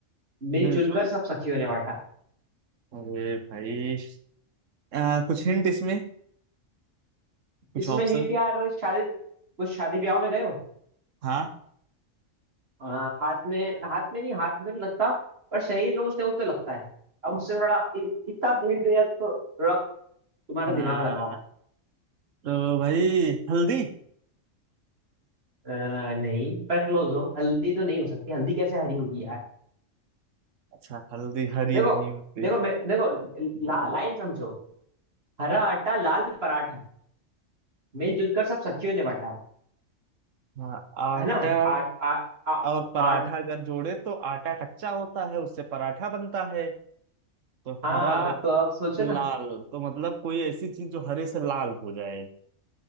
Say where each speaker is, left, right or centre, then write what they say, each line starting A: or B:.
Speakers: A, on the right; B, on the right.
A: मिलजुल
B: मिलजुल
A: कर सब सखियों ने बांटा
B: अरे भाई आ, कुछ हिंट इसमें कुछ
A: इसमें
B: ऑप्शन
A: हिंट यार शादी कुछ शादी ब्याह में गए हो
B: हाँ
A: हाँ हाथ में हाथ में नहीं हाथ में तो नहीं लगता पर शरीर पे कुछ ना कुछ तो लगता है अब उससे थोड़ा इ- इतना हिंट दिया तो थोड़ा तुम्हारा
B: हाँ
A: दिमाग लगाओ
B: तो भाई हल्दी
A: अ, नहीं पर क्लोज हो हल्दी तो नहीं हो सकती हल्दी कैसे हरी होगी यार
B: अच्छा हल्दी हरी
A: देखो
B: नहीं होती
A: देखो मैं देखो ला, लाइन समझो हरा आटा लाल पराठा मिलजुल कर सब सखियों ने बांटा
B: हाँ आटा
A: है ना आठ आ, आ,
B: और पराठा
A: आठ
B: अगर जोड़े तो आटा कच्चा होता है उससे पराठा बनता है तो
A: हाँ
B: हरा
A: तो अब
B: और
A: सोचो ना
B: लाल तो मतलब कोई ऐसी चीज जो हरे से लाल हो जाए